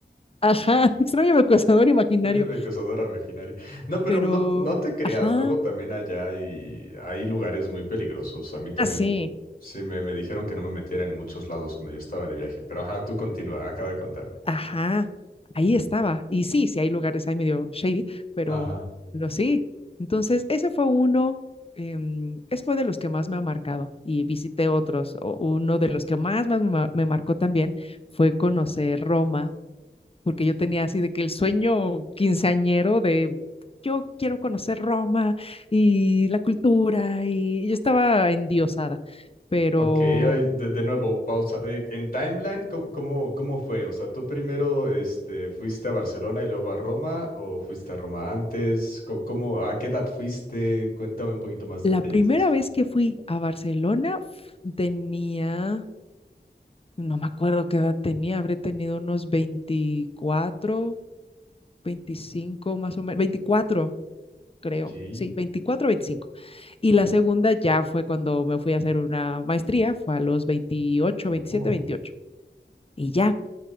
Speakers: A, on the left; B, on the left.
A: Ajá, <laughs> extraño mi acosador imaginario,
B: Extraño a mi acosador imaginario. No, pero
A: pero,
B: no, no te creas,
A: ajá,
B: luego también allá hay, hay lugares muy peligrosos. A mí también
A: así.
B: sí me, me dijeron que no me metiera en muchos lados cuando yo estaba de viaje. Pero ajá, tú continúa, acaba de contarme.
A: Ajá, ahí estaba. Y sí, sí hay lugares ahí medio shady, pero,
B: Ajá.
A: pero sí. Entonces, ese fue uno, em, ese fue de los que más me ha marcado y visité otros. O- uno de los que más, más me, ma- me marcó también fue conocer Roma, porque yo tenía así de que el sueño quinceañero de yo quiero conocer Roma y la cultura y yo estaba endiosada, pero...
B: Ok, ay, de, de nuevo, pausa. Eh, En timeline, ¿cómo, cómo, cómo fue? O sea, ¿tú primero este, fuiste a Barcelona y luego a Roma o fuiste a Roma antes? Co- ¿Cómo, a qué edad fuiste? Cuéntame un poquito más detalles
A: La primera
B: de eso.
A: vez que fui a Barcelona f- tenía No me acuerdo qué edad tenía, habré tenido unos veinticuatro veinticinco más o menos, veinticuatro creo,
B: Ok.
A: sí, veinticuatro veinticinco Y la segunda ya fue cuando me fui a hacer una maestría, fue a los veintiocho veintisiete
B: Oh.
A: veintiocho Y ya,